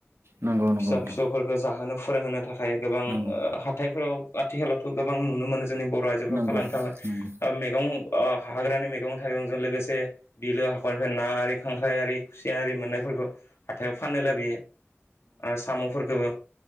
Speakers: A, on the right; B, on the left.
A: नंगौ नंगौ
B: फिसा
A: नोंथां
B: फिसौफोरखौ जाहोनो फोरों होनो था खाय गोबां ओ
A: नंगौ
B: हाथायफोराव आथिखालावथ' गोबां नुनो मोनो जोंनि बर' आइजोफ्रा
A: नंगौ
B: फानलांनो थाखाय
A: नंगौ।
B: ओ मैगं ओ हाग्रानि मैगं थाइगंजों लोगोसे बिलो हाखरनिफ्राय ना आरि खांख्राय आरि खुसिया आरि मोननायफोरखौ हाथायाव फाननो लाबोयो। ओ साम'फोरखौबो